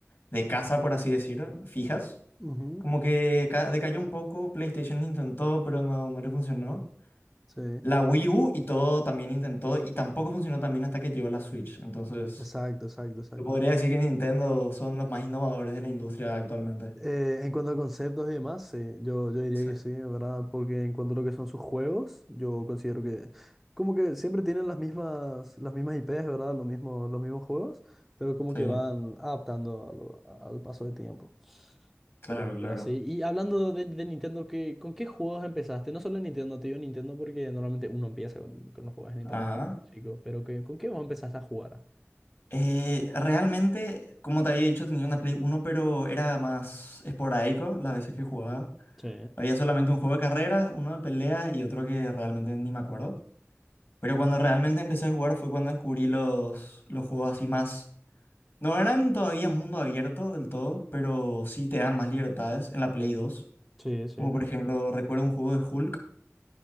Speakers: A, on the left; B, in the centre.
A: de casa, por así decirlo, fijas,
B: ujú,
A: como que ca- decayó un poco, PlayStation intentó, pero no, no le funcionó.
B: Sí,
A: La Wii U y todo también intentó y tampoco funcionó también hasta que llegó la Switch. Entonces,
B: exacto, exacto, exacto.
A: yo podría decir que Nintendo son los más innovadores de la industria actualmente.
B: Eh, en cuanto a conceptos y demás, sí, yo, yo diría
A: Sí,
B: que sí, ¿verdad? Porque en cuanto a lo que son sus juegos, yo considero que como que siempre tienen las mismas, las mismas IPs, ¿verdad? Los mismos, los mismos juegos, pero como que
A: sí,
B: van adaptando a lo- a- al paso del tiempo.
A: claro,
B: Pero,
A: claro.
B: pero así, y hablando de, de Nintendo, ¿qué, con qué juegos empezaste? No solo en Nintendo, te digo Nintendo porque normalmente uno empieza con, con los juegos de Nintendo,
A: Ajá.
B: chicos, pero ¿qué- ¿con qué vos empezaste a jugar?
A: Eh, realmente, como te había dicho, tenía una Play Uno pero era más esporádico las veces que jugaba.
B: Sí,
A: Había solamente un juego de carreras, uno de peleas y otro que realmente ni me acuerdo. Pero cuando realmente empecé a jugar fue cuando descubrí los, los juegos así más. No eran todavía mundo abierto del todo, pero sí te dan más libertades en la Play 2.
B: sí, sí.
A: Como por ejemplo, recuerdo un juego de Hulk